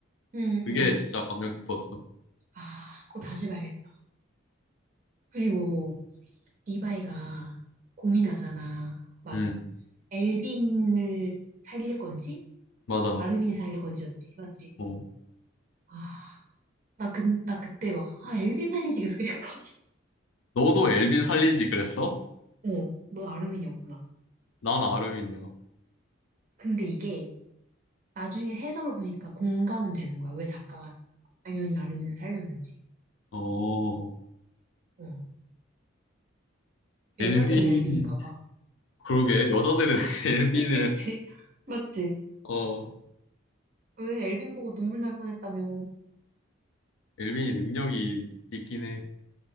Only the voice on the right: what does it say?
응.
응. 응.
아, 그거 다시 봐야겠다. 그리고 리바이가 고민하잖아. 맞아.
엘빈을 살릴 건지,
아르민이 살릴 건지였지. 맞지?
아, 나 그, 나 그때 막, 아, 엘빈 살리지 계속 이랬거든.
<laughs> 어, 너 아르민이었구나.
근데 이게 나중에 해석을 보니까 공감은 되는 거야. 왜 작가가 당연히 아르민을 살렸는지.
어.
여자들은 엘빈인가 봐.
<laughs> 그치, 그치. 맞지?
왜 엘빈 보고 눈물 날 뻔했다며.